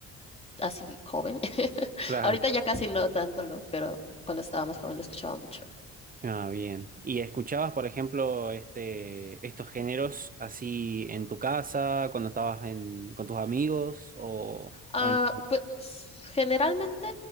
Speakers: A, on the left; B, on the right.
A: así joven. <laughs>
B: Claro.
A: Ahorita ya casi no tanto lo, pero cuando estaba más joven lo escuchaba mucho.
B: Ah, bien. ¿Y escuchabas, por ejemplo, este, estos géneros así en tu casa, cuando estabas en, con tus amigos o,
A: Ah,
B: o en...
A: pues generalmente